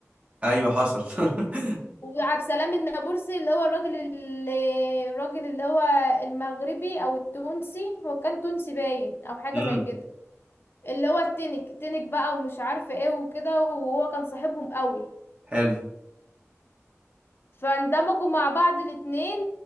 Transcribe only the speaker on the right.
ايوه حصل <laughs>
امم
حلو